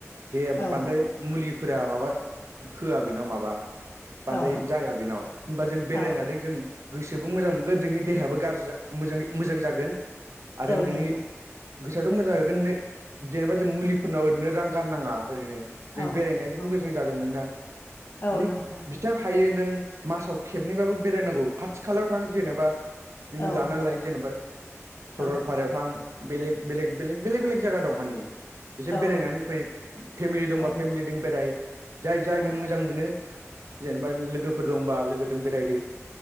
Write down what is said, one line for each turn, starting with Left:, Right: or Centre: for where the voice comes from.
Right: दे
Left: औ
Right: बांद्राय मुलिफोरा माबा होआबैना माबा बांदाय
Left: औ
Right: जाया बेनाव होनबा जों
Left: औ
Right: बेरायना जों गोसोबो मोजां मोनगोन नोंनि देहायाबो गाज्रि मोजां मोजां जागोन आरो
Left: औ
Right: नोंनि
Left: नोंथां
Right: गोसोआथ' मोजां जोगोन न जेनेबा जों मुलिफोरनाव ओरैनो रां गारनाङा ओरैनो जों
Left: औ
Right: बेरायनायजोंबो
Left: औ
Right: जों जागोन नङा
Left: औ
Right: माने
Left: नोंथां
Right: सां हायो नों मासाव खेबनैबाबो बेरायनांगौ खाथि खालायाव थां जेनेबा लाना
Left: औ नोंथां
Right: लायो जेनेबा सरलपारायाव
Left: औ
Right: थां बेलेग बेलेग बेलेग बेलेग बेलेग जाया दं मानि एसे
Left: औ
Right: बेरायनानै फैयो फेमिलि दंबा
Left: औ
Right: फेमिलि जों बेराय जाय जायजों
Left: औ
Right: मोजां मोनो जेनेबा लोगो गोफोर दंबा लोगोदों बेरायदो